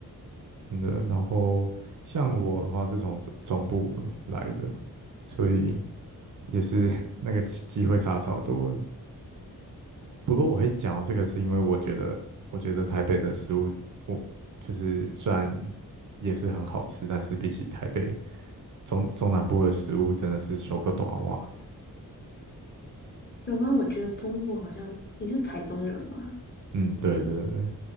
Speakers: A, on the right (about 55°); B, on the left (about 30°).
A: 真的。然后像我的话是从总中部来的，所以也是 <laughs> 那个机机会差超多不过我会讲到这个，是因为我觉得，我觉得台北的食物，我就是虽然也是很好吃，但是比起台北中中南部的食物，真的是修个短袜。
B: 有吗？我觉得中部好像你是台中人吗？
A: 嗯，对对对，